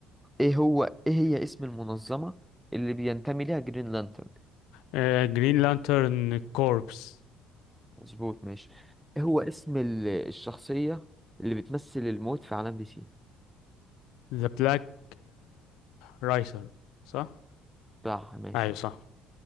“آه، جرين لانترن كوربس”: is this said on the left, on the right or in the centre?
Left